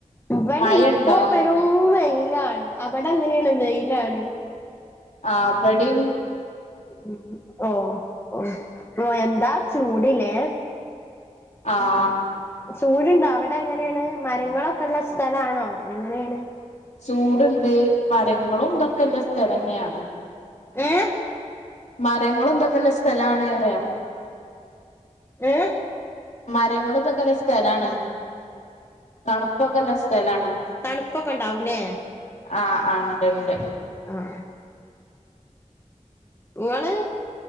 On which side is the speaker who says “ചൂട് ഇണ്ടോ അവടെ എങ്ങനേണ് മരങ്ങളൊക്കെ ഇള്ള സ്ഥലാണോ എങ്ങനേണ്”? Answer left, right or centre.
Left